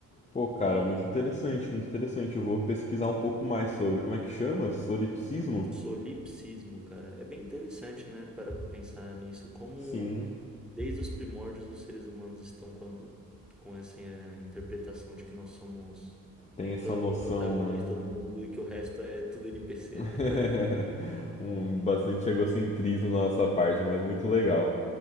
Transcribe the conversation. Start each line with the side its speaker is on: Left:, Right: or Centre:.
Left: Pô, cara, muito interessante, muito interessante. Eu vou pesquisar um pouco mais sobre. Como é que chama? Solipsismo?
Centre: Solipsismo, cara. É bem interessante, né? Parar pra pensar nisso. Como
Left: Sim,
Centre: desde os primórdios os seres humanos estão com, a- com essa eh, interpretação de que nós somos
Left: tem essa
Centre: pro-
Left: noção,
Centre: protagonista
Left: né?
Centre: do mundo e que o resto é tudo NPC,
Left: <laughs>
Centre: né?
Left: Um bastante egocentrismo da nossa parte, mas muito legal.